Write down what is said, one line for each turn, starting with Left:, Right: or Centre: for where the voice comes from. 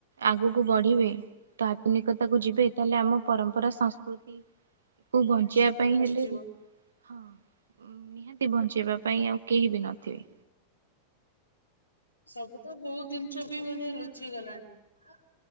Right: ଆଗକୁ ବଢ଼ିବେ ତ ଆଧୁନିକତାକୁ ଯିବେ ତାହେଲେ ଆମ ପରମ୍ପରା ସଂସ୍କୃତି ତାକୁ ବଞ୍ଚିବା
Left: ସବୁ
Right: ପାଇଁ
Left: ଲୁଚିଯିବ।
Right: ହେଲେ ହଁ ନିହାତି ବଞ୍ଚେଇବା ପାଇଁ ଆଉ କେହି ବି ନଥିବେ।
Left: ସବୁ ତ ବହୁତ ଜିନିଷ ବି ମାନେ ରୁଚି ଗଲାଣି